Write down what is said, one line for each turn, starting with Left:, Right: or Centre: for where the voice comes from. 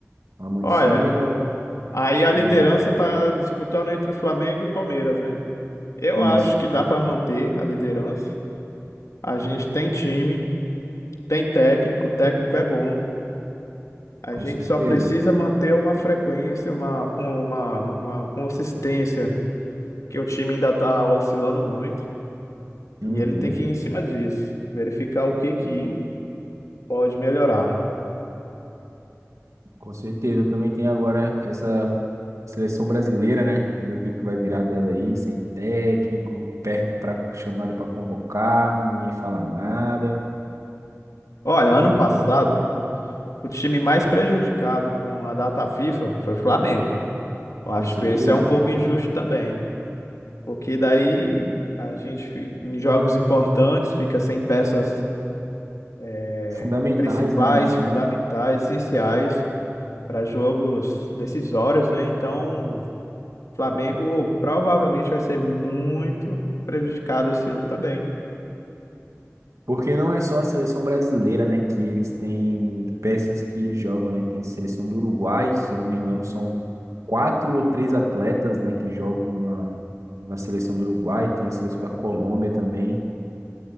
Right: uma mantida
Left: Olha,
Right: ou
Left: aí a liderança
Right: não?
Left: tá disputando entre o Flamengo e Palmeiras, né? Eu
Right: Isso,
Left: acho que dá pra manter a liderança. A gente tem time, tem técnico, o técnico é bom. A
Right: com
Left: gente
Right: certeza.
Left: só precisa manter uma frequência, uma, com uma, uma consistência, que o time ainda tá oscilando muito.
Right: Uhum.
Left: E ele tem que ir em cima disso, verificar o que que pode melhorar.
Right: Com certeza. Também tem agora essa seleção brasileira, né? Ver o que, que vai virar dela aí, sem técnico, perto para chamado para convocar, ninguém fala nada.
Left: Olha, ano passado. O time mais prejudicado com a data FIFA foi o Flamengo. Eu acho
Right: Com certeza.
Left: que esse é um pouco injusto também, porque daí a gente, fi- em jogos importantes, fica sem peças eh,
Right: Fundamentais,
Left: principais,
Right: né, do time.
Left: fundamentais, essenciais para jogos decisórios, né? Então, o Flamengo provavelmente vai ser muito prejudicado esse ano também.
Right: Porque não é só a seleção brasileira, né, que eles têm peças que eles jogam, né? Tem seleção do Uruguai, se eu não me engano, são quatro ou três atletas, né, que jogam na, na seleção do Uruguai. Tem a seleção da Colômbia também,